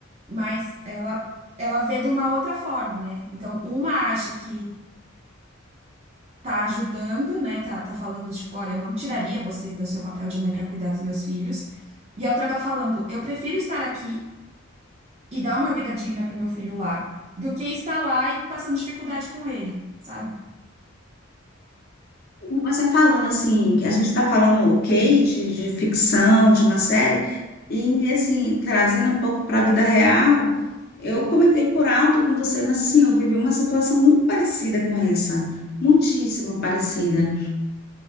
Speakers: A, on the right; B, on the left.
A: mas ela, ela vê de uma outra forma, né? Então, uma acha que tá ajudando, né? Tá, tá falando, tipo, olha, eu não tiraria você do seu papel de mãe para cuidar dos meus filhos. E a outra tá falando, eu prefiro estar aqui e dar uma vida digna pro meu filho lá, do que estar lá e passando dificuldade com ele, sabe?
B: E você falando assim, que a gente está falando ok de, de ficção, de uma série, e assim, trazendo um pouco para a vida real, eu comentei por alto com você, mas assim, eu vivi uma situação muito parecida com essa, muitíssimo parecida.